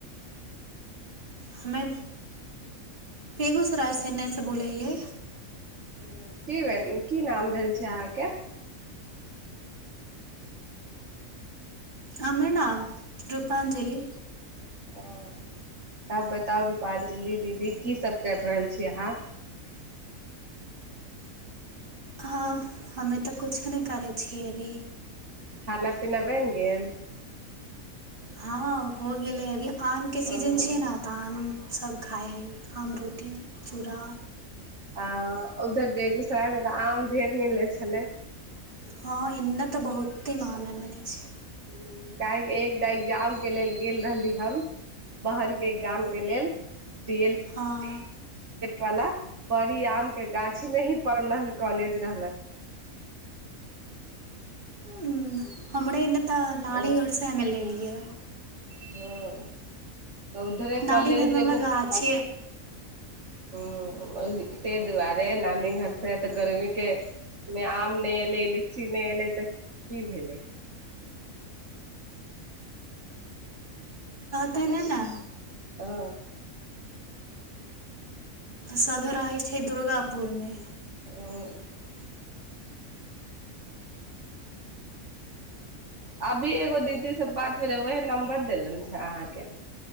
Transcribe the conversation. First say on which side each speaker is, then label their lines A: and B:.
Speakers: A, on the right; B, on the right.
A: हमे बेगूसराय सेन्नयसँ बोलै हिययै
B: ह की भेल की नाम भेल छै अहाँके
A: हमर नाम रूपाञ्जली
B: ओ तब बताउ रूपां्जलि दीदी कीसभ कर रहल छी अहाँ
A: हँ हमे तऽ किछो नहि करै छियै अभी
B: खाना पीनाबन गेले
A: हँ हो गेलै अभी आमके
B: ओ
A: सीजन छै ने तऽ आम सभ खाइ हइ आम रोटी चूड़ा
B: आ उधर बेगूसरायमे तऽ आम ढेर मिलै छलै
A: हँ एने तऽ बहुते माम मले छै
B: ह क एकटा एग्जाम के लेल गेल रहली हम बहिन के ए्जाम के लेल डी एल
A: हँ
B: वाल बड़ी आम के गाछी मे ही पढ़ रहल कॉलेज रहलक
A: ह हमरा ए तऽ नानेगढ़सँ
B: ओ
A: आमेल लए
B: हँ तऽ उधरे कॉलेज
A: नानी घरमे हमरा
B: एगो
A: गाछ
B: ह त दुआरे नान घर तऽ गर्मी के मे आम नहि एलै लीची नहि एलै तऽ की भेलै
A: तने ने
B: ह
A: सभे रहै छै दुर्गापुरमे
B: ओ अभी एगो दीदी सब बात भेले उह नं्बर देलन छै अहाँके